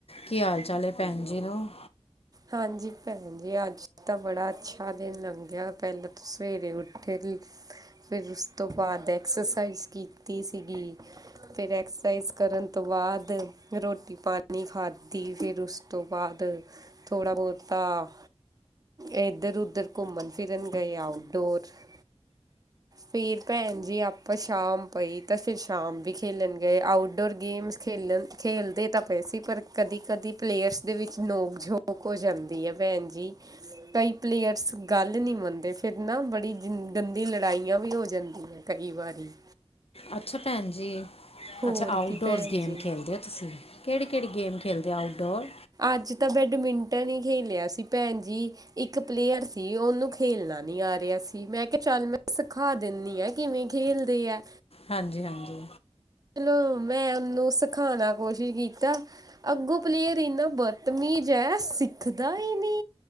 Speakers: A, on the left; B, on the right.
A: ਕੀ ਹਾਲ-ਚਾਲ ਐ ਭੈਣ ਜੀ ਨੂੰ?
B: ਹਾਂਜੀ ਭੈਣ ਜੀ। ਅੱਜ ਤਾਂ ਬੜਾ ਅੱਛਾ ਦਿਨ ਲੱਗਿਆ ਸਵੇਰੇ ਉੱਠੇ ਦੇ ਫਿਰ ਉਸ ਤੋਂ ਬਾਅਦ ਐਕਸਰਸਾਈਜ਼ ਕੀਤੀ ਸੀ। ਫਿਰ ਐਕਸਰਸਾਈਜ਼ ਕਰਨ ਤੋ ਬਾਦ ਫਿਰ ਰੋਟੀ-ਪਾਣੀ ਖਾਧੀ ਤੇ ਉਸ ਤੋਂ ਬਾਦ ਫਿਰ ਥੋੜ੍ਹਾ ਬਹੁਤਾ, ਇੱਧਰ-ਉੱਧਰ ਘੁੰਮਣ-ਫਿਰਣ ਚਲੇ ਗਏ <unintelligible> ਪ੍ਰੀਤ ਭੈਣ ਜੀ, ਆਪਾ ਸ਼ਾਮ ਪਈ ਤਾਂ ਫਿਰ ਖੇਲਣ ਗਏ ਆਊਟਡੋਰ ਗੇਮਸ ਖੇਡ ਤਾਂ ਪਏ ਸੀ ਪਰ ਕਦੇ-ਕਦੇ ਪਲੇਅਰ ਦੇ ਵਿਚ ਨੋਕ-ਝੋਕ ਨੋਕ-ਝੋਕ ਤਾਂ ਹੋ ਜਾਂਦੀ ਐ, ਭੈਣ ਜੀ। ਕਈ ਪਲੇਅਰਸ ਗੱਲ ਨੀ ਮੰਨਦੇ ਫਿਰ ਨਾ ਬੜੀ <unintelligible> ਲੜਾਈਆਂ ਵੀ ਹੋ ਜਾਂਦੀਆਂ ਕੀ ਵਾਰੀ
A: ਅੱਛਾ ਭੈਣ ਜੀ,
B: ਹੋਰ
A: ਅੱਛਾ ਆਊਟਡੋਰ
B: ਕੀ ਭੈਣ
A: ਗੇਮਾਂ
B: ਜੀ।
A: ਖੇਡਦੇ ਔ ਤੁਸੀ? ਤੁਸੀਂ ਕਿਹੜੀ-ਕਿਹੜੀ ਗੇਮ ਖੇਡਦੇ ਔ ਆਊਟਡੋਰ?
B: ਅੱਜ ਤਾ ਬੇਟਮਿਟਨ ਈ ਖੇਲਿਆ ਸੀ ਭੈਣ ਜੀ। ਇੱਕ ਪਲੇਅਰ ਸੀ ਉਨੂੰ ਖੇਡਣਾ ਨੀ ਆ ਰਿਹਾ ਸੀ ਮੈਂ ਕਿਹਾ ਚੱਲੋ ਮੈਂ ਸਿਖਾ ਦਿੰਨੀ ਆ। ਕਿਵੇਂ ਖੇਲਦੇ ਐ?
A: ਹਾਂਜੀ-ਹਾਂਜੀ।
B: ਚਲੋ, ਮੈਂ ੳਨੂੰ ਸਿਖਾ ਦਾ ਕੋਸ਼ਿਸ਼ ਕਿਤਾ ਅੱਗੋਂ ਪਲੇਅਰ ਐਨਾ ਬਤਮੀਜ ਐ ਸਿੱਖਦਾ ਈ ਨੀ।